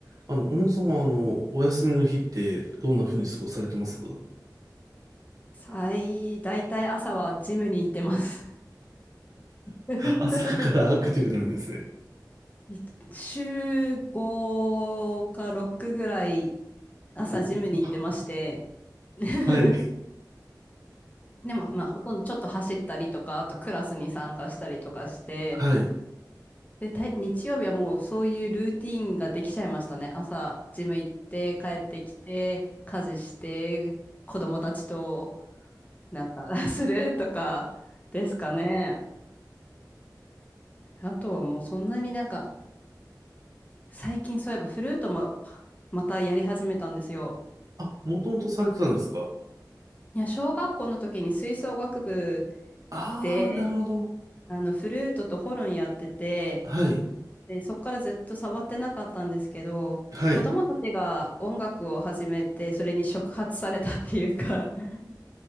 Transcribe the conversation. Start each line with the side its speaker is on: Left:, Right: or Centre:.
Right: あの、小野さんは、あの、お休みの日って、どんな風に過ごされてます <laughs>
Left: 最、大体朝はジムに行ってます。<laughs>
Right: 朝からアクティブなんですね。
Left: い週5か6ぐらい朝ジムに行ってまして、
Right: おお
Left: <laughs>
Right: はい。
Left: でも、まあ、ほとんどちょっと走ったりとか、あとクラスに参加したりとかして、
Right: はい。
Left: で、たい日曜日はもうそういうルーティーンができちゃいましたね。朝、ジム行って、帰ってきて、家事して、子供たちとなんか <laughs> するとかですかね。あとはもうそんなになんか、最近そういえばフルートもまたやり始めたんですよ。
Right: あ、もともとされてたんですか
Left: いや、小学校の時に吹奏楽部
Right: ああー、
Left: で、
Right: なるほど。
Left: あの、フルートとホルンやってて、
Right: はい。
Left: で、そっからずっと触ってなかったんですけど、
Right: はい。
Left: 子供たちが音楽を始めて、それに触発されたっていうか、<laughs>